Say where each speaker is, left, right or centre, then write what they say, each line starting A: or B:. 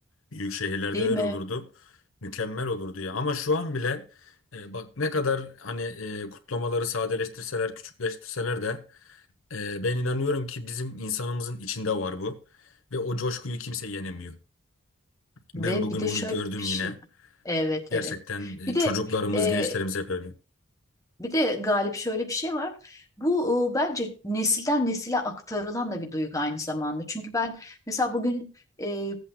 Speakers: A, on the left; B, on the left.
A: büyük şehirlerde
B: Değil
A: öyle
B: mi?
A: olurdu. Mükemmel olurdu ya. Ama şu an bile e, bak ne kadar hani e, kutlamaları sadeleştirseler, küçükleştirseler de e, ben inanıyorum ki bizim insanımızın içinde var bu. Ve o coşkuyu kimse yenemiyor. Ben
B: Ve
A: bugün
B: bir de
A: onu
B: şöyle
A: gördüm
B: bir şey.
A: yine.
B: Evet,
A: Gerçekten
B: evet.
A: e,
B: Bir de
A: çocuklarımız,
B: e,
A: gençlerimiz hep öyle.
B: Bir de Galip şöyle bir şey var. Bu e, bence nesilden nesile aktarılan da bir duygu aynı zamanda. Çünkü ben mesela bugün e,